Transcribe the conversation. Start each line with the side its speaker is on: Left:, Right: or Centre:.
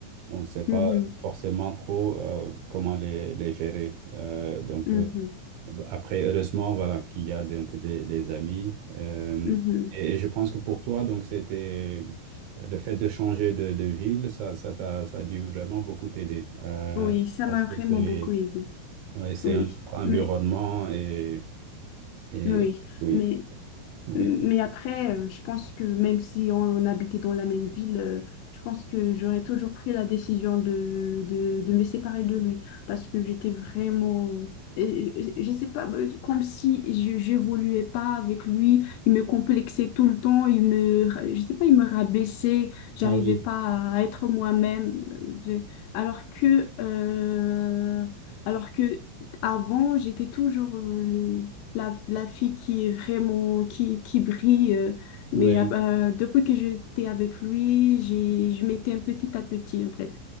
Right: on ne sait pas
Left: mhm.
Right: forcément trop euh, comment les, les gérer. Euh, donc,
Left: Mhm.
Right: euh, après, heureusement, voilà, qu'il y a donc des, les amis. Euh,
Left: Mhm.
Right: et, et je pense que pour toi, donc, c'était euh, le fait de changer de, de ville, ça, ça t'a, ça a dû vraiment beaucoup t'aider. Euh,
Left: Oui, ça
Right: parce
Left: m'a
Right: que
Left: vraiment
Right: c'est,
Left: beaucoup aidée.
Right: ouais, c'est
Left: Oui,
Right: un autre environnement
Left: mais
Right: et. Et
Left: Oui,
Right: oui,
Left: mais,
Right: oui.
Left: mais après, euh, je pense que même si on habitait dans la même ville, euh, je pense que j'aurais toujours pris la décision de, de, de me séparer de lui parce que j'étais vraiment, euh, euh, je sais pas, euh, comme si je j'évoluais pas avec lui, il me complexait tout le temps, il me, je sais pas, il me rabaissait, j'arrivais
Right: Ah oui,
Left: pas à être moi-même, euh, je- alors que, euh, alors que avant, j'étais toujours, euh, la, la fille qui est vraiment, qui, qui brille. euh,
Right: oui.
Left: mais euh, euh, depuis que j'étais avec lui, j'ai, je m'étais un petit à petit, en fait.